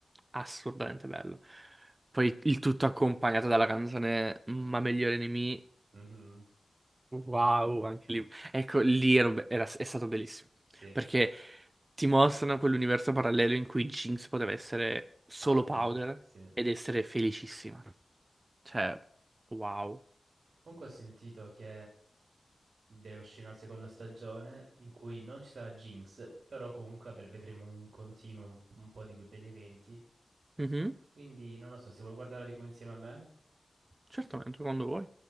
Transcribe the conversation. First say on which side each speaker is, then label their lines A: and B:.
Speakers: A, on the right; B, on the right.
A: assurdamente bello. Poi il tutto accompagnato dalla canzone Ma meglio nemici.
B: Mhm,
A: Wow, anche lì. Ecco, lì ero be- era- è stato bellissimo.
B: sì,
A: Perché ti mostrano quell'universo parallelo in cui Jinx poteva essere solo
B: powder,
A: Powder
B: sì.
A: ed essere felicissima. Cioè, wow.
B: Comunque ho sentito che deve uscire una seconda stagione in cui non ci sarà Jinx, però comunque avre- vedremo un continuo un, un po' di que- degli eventi.
A: Mhm,
B: Quindi non lo so, se vuoi guardarla tipo insieme a me.
A: certamente, quando vuoi.